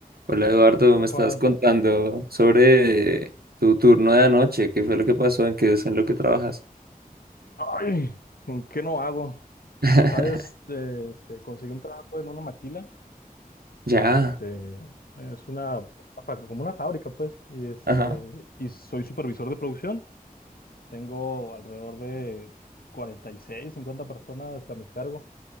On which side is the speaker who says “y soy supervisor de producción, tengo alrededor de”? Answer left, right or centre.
Left